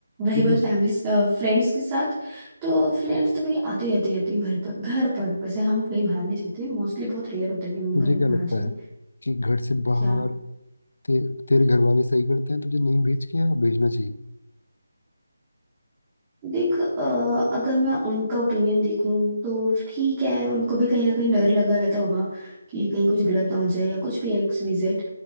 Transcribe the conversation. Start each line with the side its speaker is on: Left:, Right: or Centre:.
Right: रही
Left: तुझे
Right: बात फैमिली फ्रेंड्स के साथ तो फ्रेंड्स तो मेरी आती जाती रहती है घर पर घर पर वैसे हम कहीं बाहर नहीं जाते मोस्टली बहुत रेयर होता है कि हम
Left: तुझे
Right: घर
Left: क्या लगता
Right: बाहर जाएं
Left: है कि घर से बाहर
Right: क्या
Left: ते, तेरे घर वाले सही करते हैं तुझे नहीं भेज के या भेजना चाहिए
Right: देख अ, अगर मैं उनका ओपिनियन देखूं तो ठीक है उनको भी कहीं ना कहीं डर लगा रहता होगा कि कहीं कुछ गलत ना हो जाए या कुछ भी एक्स वाई जेड